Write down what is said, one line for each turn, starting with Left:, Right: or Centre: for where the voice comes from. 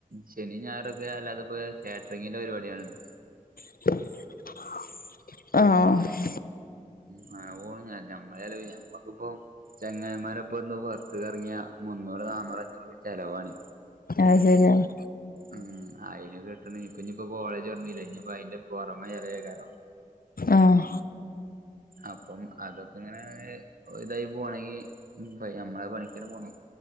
Right: ശനിം ഞായറൊക്കെ അല്ലാത്തപ്പെ കേട്രിങ്ങിന്റെ പരിപാടിയള്ണ്ട്
Left: ആഹ്
Right: മ് അഹോണ്ടാന്നല്ല ഞമ്മളേല് ഞമ്മക്ക്പ്പോ ചെങ്ങായിമാരെപ്പൊന്ന് പൊറത്ത്ക്കെറങ്ങിയ മുന്നൂറ് നാന്നൂറ് അഞ്ഞൂറ്ക്കെ ചെലവാണ്
Left: അഹ് സെരിയാണ്
Right: ഉം അയിന് കിട്ടണെ ഇപ്പഞ്പ്പോ കോളജ് തൊറന്നിലെ ഇഞ്പ്പയിന്റെ പൊറമെ ചെലവയ്ക്കാരം
Left: ആഹ്
Right: അപ്പം അതൊക്കെങ്ങനെ ഇതായി പോണെങ്കി നമ്മള് പണിക്കെന്നെ പോണം